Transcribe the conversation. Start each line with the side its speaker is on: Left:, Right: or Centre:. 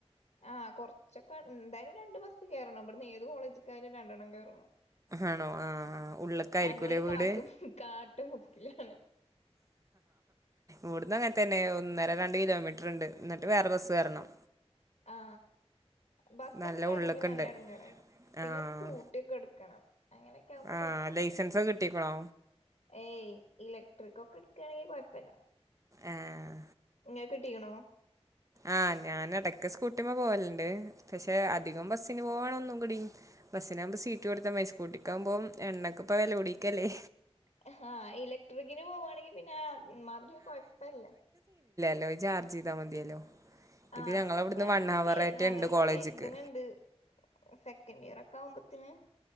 Left: ആഹ് കൊർച്ചൊ പ്പെന്തായാലും രണ്ട് ബസ്സ് കേറണം ഇബ്ട്ന്ന് ഏത് കോളേജ്ക്കായാലും രണ്ടെണ്ണം കേറണം
Right: ആണോ ആഹ് ഉള്ള്ക്കാരിക്കൂല്ലേ
Left: ഞങ്ങളൊരു
Right: വീട്
Left: കാട്ടും കാട്ടുമുക്കിലാണ്
Right: ഇവ്ട്ന്നങ്ങ ൻ ത്തെന്നെ ഒന്നര രണ്ട് കിലോമീറ്ററ്ണ്ട് ന്ന്ട്ട് വേറെ ബസ്സ്കേറണം
Left: ആ ബസ്സൊക്കെ
Right: നല്ല
Left: കേറണെങ്കി
Right: ഉള്ള്ക്ക്ണ്ട്
Left: നല്ല എടങ്ങേറാണ് പിന്നെ
Right: ആഹ്
Left: സ്കൂട്ട്യോക്കെ എടുക്കണം അങ്ങനൊക്കാവുമ്പൊ
Right: ആഹ്
Left: കൊയ്പ്പല്ല
Right: ലൈസൻസൊക്കെ കിട്ടിക്ക്ണോ
Left: ഏയ് ഇലക്- ട്രിക്കൊക്കെ ട്ക്കാണെങ്കി കൊയ്പ്പല്ല
Right: ആഹ്
Left: ഇങ്ങക്ക്കിട്ടീക്കണോ
Right: ആ ഞാനെടക്ക് സ്കൂട്ടിമ്മ പോവല്ണ്ട് പക്ഷെ അധികം ബസ്സിന് പോവാണ് ഒന്നുകൂടിം ബസ്സിനാവുമ്പൊ സീറ്റ് കൊടുത്താമതി സ്കൂട്ടിക്കാവുമ്പോ എണ്ണക്കിപ്പം വെലകൂടിക്കല്ലേ
Left: ആഹ് ഇലക്ട്രിക്കിന് പോവാണെങ്കി പിന്നെ ആ- ഇമ്മാതിരി ഒരുകൊയ്പ്പല്ല
Right: <unintelligible> ചാർജെയ്ത മതിയല്ലോ
Left: ആ
Right: ഇത് ഞങ്ങളവ്ട്ന്ന്
Left: ഞാങ്ങനെ
Right: വൺ ഹവറേറ്റെണ്ട്
Left: കെ ഞങ്ങളിങ്ങനെ
Right: കോളേജ്ക്ക്
Left: കെര്ത്ണ് ണ്ട് സെക്കൻഡ് ഇയർ - ക്കാവുമ്പത്തിന്